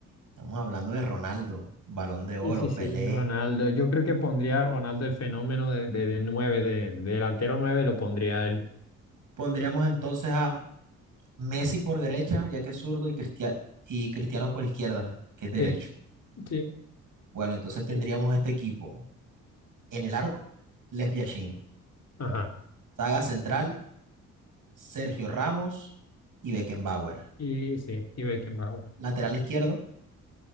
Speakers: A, on the right (about 50°); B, on the left (about 40°).
A: estamos hablando de Ronaldo, Balón de Oro,
B: Sí, sí, sí,
A: Pelé.
B: Ronaldo. Yo creo que pondría a Ronaldo el fenómeno de, de, de 9, de, de delantero 9 lo pondría a él.
A: Pondríamos entonces a Messi por derecha, ya que es zurdo, y, Cristia- y Cristiano por izquierda, que es derecho.
B: Sí, sí.
A: Bueno, entonces tendríamos
B: eh,
A: este equipo. En el arco, Lev Yashin.
B: Ajá.
A: Saga central, Sergio Ramos y Beckenbauer.
B: Y sí, y Beckenbauer.
A: Lateral izquierdo,